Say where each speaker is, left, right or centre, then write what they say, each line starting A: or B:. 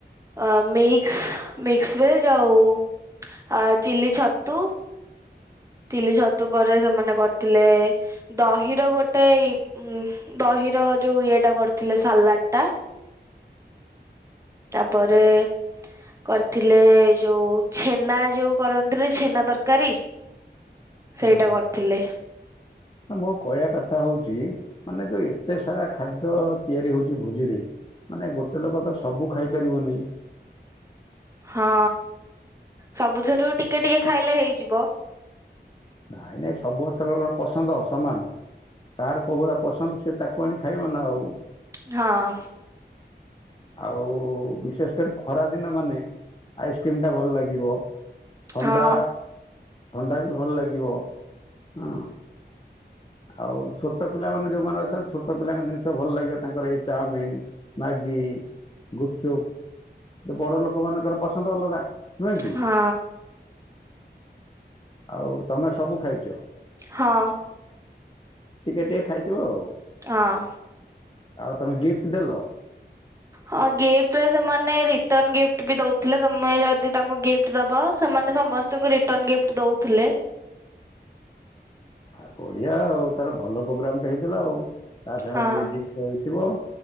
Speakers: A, on the right; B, on the left.
A: ଅ ମିକ୍ସ ମିକ୍ସ ଭେଜ ଆଉ ଆ ଚିଲି ଛତୁ ଚିଲି ଛତୁ ପରେ ସେମାନେ କରିଥିଲେ ଦହିର ଗୋଟେ ଉ ଦହିର ଯୋଉ ଇଏଟା କରିଥିଲେ ସାଲାଡ ଟା। ତାପରେ କରିଥିଲେ ଯୋଉ ଛେନା ଯୋଉ କରନ୍ତିନ ଛେନା ତରକାରୀ ସେଇଟା
B: ହଁ
A: କରିଥିଲେ।
B: ମୋ କହିବା କଥା ହଉଛି ମାନେ ଯୋଉ ଏତେ ସାରା ଖାଦ୍ୟ ତିଆରି ହଉଛି ଭୋଜିରେ ମାନେ ଗୋଟେ ଲୋକ ତ ସବୁ ଖାଇପାରିବନି।
A: ହଁ ସବୁଥିରୁ ଟିକେ ଟିକେ ଖାଇଲେ ହେଇଯିବ।
B: ନାଇଁ ନାଇଁ ସମସ୍ତଙ୍କ କଣ ପସନ୍ଦ ସମାନ। କାହାର କୋଉ ଭଳିଆ ପସନ୍ଦ ସେ ତାକୁ ଆଣି ଖାଇବ ନା ଆଉ।
A: ହଁ
B: ଆଉ ବିଶେଷ କରି ଖରା ଦିନ ମାନେ ଆଇସ୍କ୍ରିମ ଟା ଭଲ ଲାଗିବ। ଥଣ୍ଡା
A: ହଁ
B: ଥଣ୍ଡା ବି ଭଲ ଲାଗିବ ହୁଁ। ଆଉ ଛୋଟ ପିଲାମାନେ ଯୋଉମାନେ ଅଛନ୍ତି ଛୋଟ ପିଲାଙ୍କ ଜିନିଷ ଭଲ ଲାଗିବ। ତାଙ୍କର ଏଇ ଚାଓମିନ ମ୍ୟାଗି, ଗୁପଚୁପ ବଡ଼ଲୋକ ମାନଙ୍କର ପସନ୍ଦ ଅଲଗା ନୁହେଁ କି,
A: ହଁ
B: ଆଉ ତମେ ସବୁ ଖାଇଛ?
A: ହଁ
B: ଟିକେ ଟିକେ ଖାଇଥିବ ଆଉ।
A: ହଁ
B: ଆଉ ତମେ ଗିଫ୍ଟ ଦେଲ।
A: ହଁ ଗିଫ୍ଟରେ ସେମାନେ ରିଟର୍ନ ଗିଫ୍ଟ ବି ଦଉଥିଲେ, ତମେ ଯଦି ତାଙ୍କୁ ଗିଫ୍ଟ ଗିଫ୍ଟ ଦବ ସେମାନେ ସମସ୍ତଙ୍କୁ ରିଟର୍ନ ଗିଫ୍ଟ ଦଉଥିଲେ।
B: ଆ ବଢିଆ ଆଉ ତାର ଭଲ ପ୍ରୋଗ୍ରାମ ଟା ହେଇଥିଲା ଆଉ। ତା ସାଙ୍ଗରେ
A: ହଁ
B: ମେଡିସ୍ ଶୋଇଥିବ